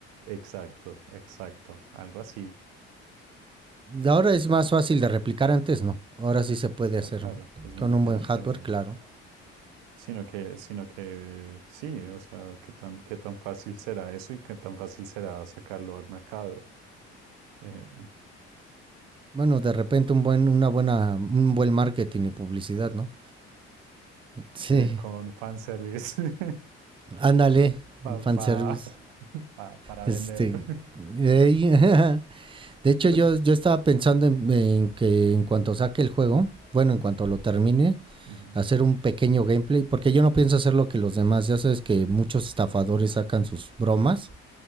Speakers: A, on the right (about 70°); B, on the right (about 15°).
A: Exacto, exacto, algo así.
B: Ahora es más fácil de replicar, antes no. Ahora sí se puede
A: Sí,
B: hacer
A: ah, claro, pues me
B: con
A: imagino
B: un buen hardware,
A: que,
B: claro.
A: sino que, sino que eh, sí, o sea, qué tan, qué tan fácil será eso y qué tan fácil será sacarlo al mercado eh,
B: Bueno, de repente un buen, una buena, un buen marketing y publicidad, ¿no? <laughs> Sí,
A: eh, eh, con fanservice <laughs>
B: ándale,
A: pa-
B: un fanservice.
A: pa- <laughs> pa- para
B: Este,
A: vender. <laughs>
B: eh, <laughs> de hecho,
A: Pues,
B: yo, yo estaba pensando en, en que en cuanto saque el juego, bueno, en cuanto lo termine,
A: ujú.
B: hacer un pequeño gameplay, porque yo no pienso hacer lo que los demás, ya sabes que muchos estafadores sacan sus bromas